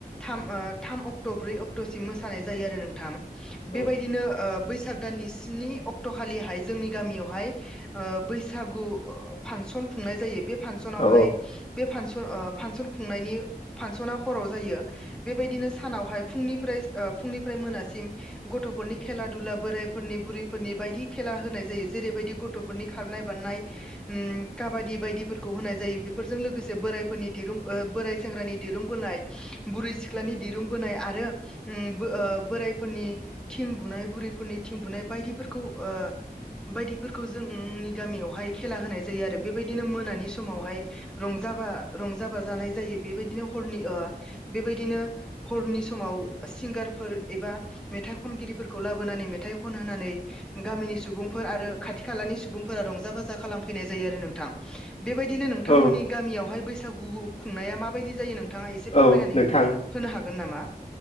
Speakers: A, in the centre; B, on the left.
A: थाम थाम अक्ट' ब्रै अक्ट'सिम मोसानाय जायो आरो नोंथां
B: औ
A: बेबायदिनो बैसाग दाननि स्नि अक्ट' खालिहाय जोंनि गामियावहाय ओ बैसागु फांसन खुंनाय जायो बे फांसनहाय
B: औ
A: बे फांसन ओ फांसन खुंनायनि फांसना हराव जायो बेबायदिनो सानावहाय फुंनिफ्राय ओ फुंनिफ्राय मोनासिम गथ'फोरनि खेला दुला बोरायफोरनि बुरैफोरनि बायदि खेला होनाय जायो जेरैबायदि गथ'फोरनि खारनाय बारनाय ओम काबादि बायदिफोरखौ होनाय जायो। बेफोरजों लोगोसे बोरायफोरनि दिरुं बोराय सेंग्रानि दिरुं बोनाय बुरै सिख्लानि दिरुं बोनाय आरो ओम ओ बोरायफोरनि थिं बुनाय बुरैफोरनि थिं बुनाय बायदिफोरखौ ओ बायदिफोरखौ जोंनि गामियावहाय खेला होनाय जायो आरो। बेबायदिनो मोनानि समावहाय रंजा जाबा रंजा बाजानाय जायो बेबायदिनो हरनि ओ बेबायदिनो हरनि समाव सिंगारफोर एबा मेथाइ खनगिरिफोरखौ लाबोनानै मेथाइ खनहोनानै गामिनि सुबुंफोर आरो खाथि खालानि सुबुंफोरा रंजा बाजा खालामफैनाय जायो आरो नोंथां। बेबायदिनो नोंथांमोननि
B: औ
A: गामियावहाय बैसा- गुखौ खुंनाया माबायदि जायो नोंथाङा एसे फोरमायनानै
B: औ नोंथां
A: हो होनो हागोन नामा?